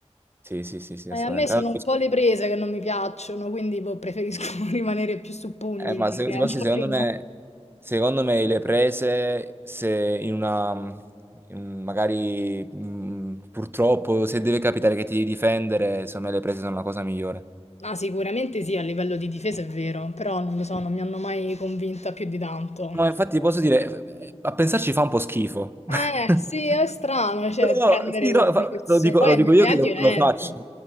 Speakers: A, on the right (about 20°); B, on the left (about 75°).
A: sì, sì, sì, sì, assolutamente.
B: Eh, a me sono
A: Ah,
B: un po' le prese che non mi piacciono, quindi boh, preferisco <laughs> rimanere più su pugni,
A: Eh, ma se-
B: che
A: ti posso
B: è un po'
A: dire,
B: più...
A: secondo me, secondo me le prese, se in una, in- magari mm, purtroppo, se deve capitare che ti devi difendere, secondo me le prese sono la cosa migliore.
B: Ah, sicuramente sì, a livello di difesa è vero, però non lo so, non mi hanno mai convinta più di tanto.
A: Ma infatti ti posso dire, eh, a pensarci fa un po' schifo.
B: Eh,
A: <laughs>
B: sì, è strano, cioè,
A: Però,
B: prendere
A: sì,
B: queste
A: no, fa-
B: persone,
A: lo dico,
B: poi
A: lo dico
B: MMA
A: io che
B: è
A: lo,
B: violento.
A: lo faccio.